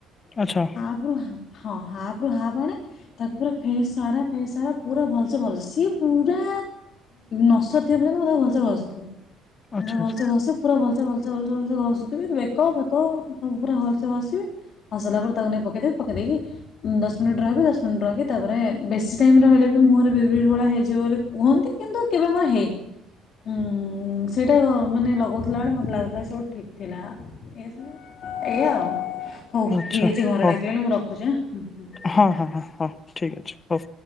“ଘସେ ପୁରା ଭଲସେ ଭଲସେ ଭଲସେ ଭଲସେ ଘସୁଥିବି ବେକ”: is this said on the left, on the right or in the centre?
Left